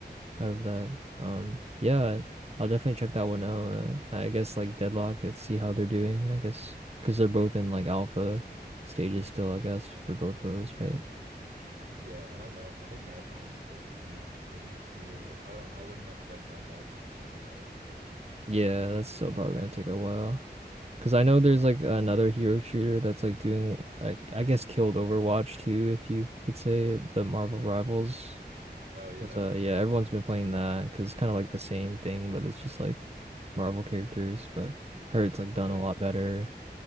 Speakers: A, on the right; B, on the right.
A: Yeah.
B: out of that. Um, yeah, I'll definitely check that one out. Uh, I guess like Deadlock, let's see how they're doing, I guess, because they're both in like alpha stages still, I guess, for both of those, right?
A: Yeah, I know Mar I think Marathon was supposed to come out later this year. I don't I wouldn't expect Deadlock to come out for like
B: Yeah, that's still
A: a
B: probably
A: while.
B: gonna take a while. Because I know there's like another hero shooter that's like doing, like, I guess, killed Overwatch too, if you could say the Marvel Rivals.
A: Oh yeah,
B: 'Cause,
A: that
B: uh,
A: one's
B: yeah,
A: doing
B: everyone's
A: fine.
B: been playing that because it's kind of like the same thing, but it's just like Marvel characters. But I heard it's like done
A: I feel
B: a
A: like
B: lot better.